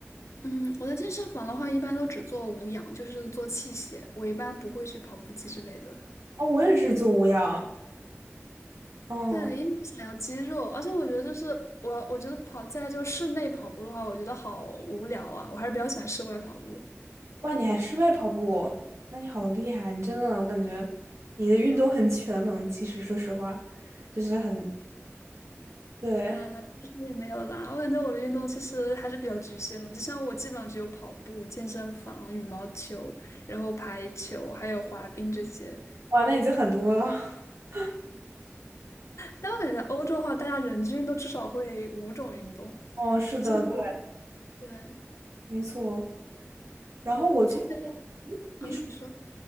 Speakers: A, on the left; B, on the right.
A: 嗯，我在健身房的话，一般都只做无氧，就是做器械。我一般不会去跑步机之类的。
B: 哦，我也是做无氧。嗯，
A: 对，因为我想要肌肉，而且我觉得就是我，我觉得跑在就室内跑步的话，我觉得好无聊啊，我还是比较喜欢室外跑步。
B: 哇，你还室外跑步，那你好厉害啊！你真的，我感觉你的运动很全能。其实说实话，就是很，对，
A: 嗯，其实也没有啦，我感觉我的运动其实还是比较局限的，就像我基本上只有跑步、健身房、羽毛球，然后排球，还有滑冰这些。
B: 哇，那已经很多了。<laughs>
A: 但我感觉在欧洲的话，大家人均都至少会五种运动，
B: 哦，是的，
A: 这样我
B: 对，
A: 对。
B: 没错。然后我去健
A: 我之前
B: 身，你说。
A: 啊，你说